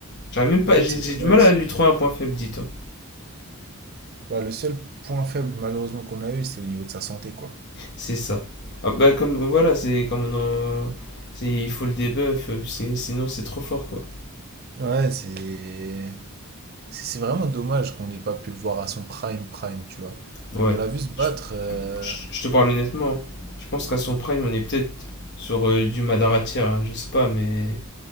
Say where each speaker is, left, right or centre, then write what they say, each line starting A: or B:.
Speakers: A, on the left; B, on the right.
A: J'arrive même pas,
B: En fait,
A: j'ai
B: c'est
A: j'ai
B: ouais,
A: du mal
B: c'est-
A: à lui trouver un point faible, dis-toi.
B: Ouais, le seul point faible malheureusement qu'on a eu, c'est au niveau de sa santé, quoi.
A: C'est ça. Ah, bah, comme, voilà, c'est comme on en- c'est- Il faut le debuff, euh, c'est- sinon c'est trop fort, quoi.
B: Ouais, c'est c'est c'est vraiment dommage qu'on n'ait pas pu le voir à son prime prime, tu vois.
A: Ouais.
B: On l'a vu se battre
A: Je
B: euh...
A: Je je te parle honnêtement. hein. Je pense qu'à son prime, on est peut-être sur euh, du Madaratia, hein, je sais pas, mais